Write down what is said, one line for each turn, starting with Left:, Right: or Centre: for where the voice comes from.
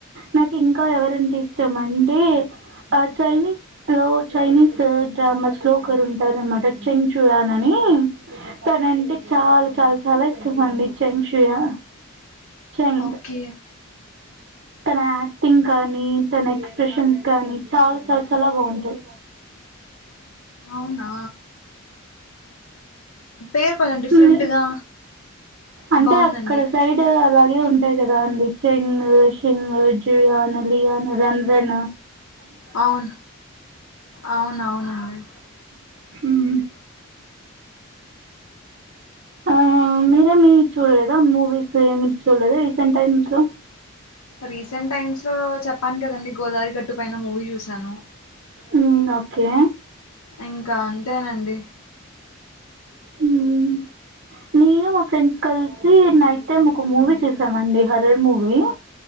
Right: నాకు ఇంకా ఎవరంట ఇష్టం అంటే ఆ చైనీస్ లో చైనీస్ డ్రామాస్ ఒకర్ ఉంటారు అనమాట చెంచూయాన్ అని, తనంటే చాలా చాలా చాలా ఇష్టం అండి చెంచూయా చెంన్
Left: ఓకే
Right: తన యాక్టింగ్ కానీ తన ఎక్స్ప్రెషన్స్ కానీ చాలా చల చాలా బాగుంటాయి
Left: అవునా పేరు కొంచెం డిఫరెంట్గా
Right: నీ అంటే
Left: బాగుందండి
Right: అక్కడ సైడ్ అలాగే ఉన్ ఇదె కదా అండి చెంగు సింగు జుయాన లియాన రధ్రన్
Left: అవున్ అవును అవునవునండి
Right: ఉహ్ ఆ మీరేమి చూడలేద మూవీస్ ఏమి చూలేదా రీసెంట్ టైమ్స్ లో
Left: రీసెంట్ టైమ్స్ లో చెప్పాను కదండి గోదారి గట్టు పైన మూవీ చూశాను
Right: ఉమ్ ఓకే
Left: ఇంకా అంతేనండి
Right: ఉహ్ నేను మా ఫ్రెండ్స్ కలిసి నైటైమ్ ఒక మూవీ చూసాం అండి హర్రర్ మూవీ.